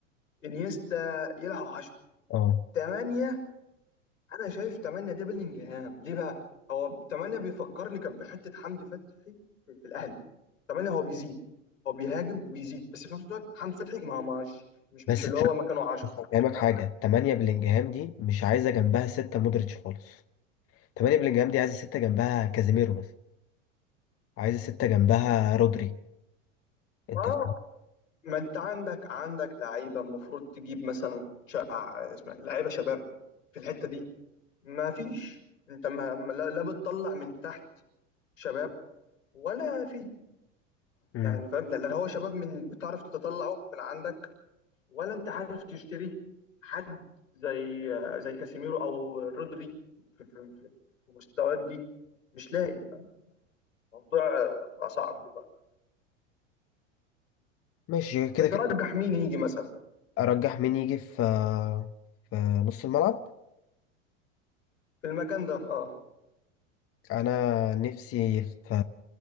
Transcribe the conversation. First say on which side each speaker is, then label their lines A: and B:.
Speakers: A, on the left (about 85°); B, on the left (about 35°).
A: انيستا يلعب 10
B: اه
A: 8 انا شايف 8 ده بلينجهام ليه بقى هو 8 بيفكرني كان بحته حمدي فتحي في, في الاهلي 8 هو بيزيد هو بيهاجم وبيزيد بس في نفس الوقت حمدي فتحي ما مش مش
B: بس
A: مش اللي
B: الت-
A: هو مكانه 10
B: بس هفهمك
A: لا
B: حاجة تمانية بلينجهام دي مش عايزة جنبها ستة مودريتش خالص تمانية بلينجهام دي عايزة ستة جنبها كازيميرو مثلا عايزة ستة جنبها رودري انت
A: ما
B: فاهم
A: هو- ما انت عندك عندك لعيبه المفروض تجيب مثلا شا... اسمها إيه، لعيبه شباب في الحته دي ما فيش انت ما لا, لا بتطلع من تحت شباب ولا في
B: امم
A: يعني فاهم لا لا هو شباب من بتعرف تطلعه من عندك ولا انت عارف تشتري حد زي زي كاسيميرو او رودري في, في, في في مستويات دي مش لاقي فاهم الموضوع آه، بقى صعب دلوقتي
B: ماشي كده كده
A: ترجح مين يجي مثلا
B: ارجح مين يجي في في نص الملعب
A: في المكان ده اه
B: انا نفسي في